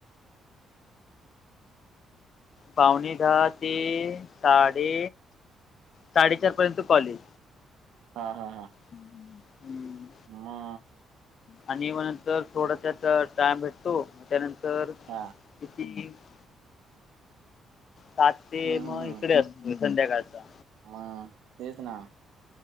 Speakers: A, on the left; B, on the right.
A: पावणे दहा ते साडे साडेचार पर्यंत कॉलेज.
B: हा हा हा.
A: हम् हम्म.
B: मा
A: आणि मग नंतर थोडा त्यात टायम भेटतो त्यानंतर
B: हा.
A: <unintelligible> सात ते
B: हम्म
A: म
B: हम्म हम्म
A: इकडे असतो संध्याकाळचा.
B: मग तेच ना